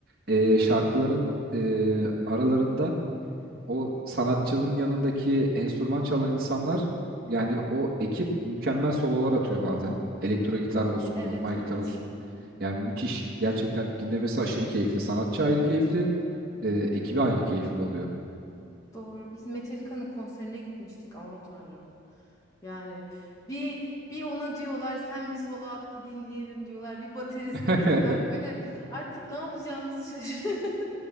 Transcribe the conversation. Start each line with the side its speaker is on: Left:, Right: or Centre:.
Right: e, şarkıların e, aralarında o sanatçının yanındaki enstrüman çalan insanlar yani o ekip mükemmel sololar atıyor bazen. Elektro gitar olsun,
Left: Evet
Right: normal
Left: evet.
Right: gitar olsun. Yani müthiş. Gerçekten dinlemesi aşırı keyifli. Sanatçı ayrı keyifli, e, ekibi ayrı keyifli oluyor.
Left: Doğru. Biz Metallica'nın konserine gitmiştik. Aman Tanrım. Yani bir bir ona diyorlar sen bir solo at da dinleyelim diyorlar. Bir bateriste
Right: <laughs>
Left: diyorlar. Böyle artık ne yapacağımızı şaşırıyorum.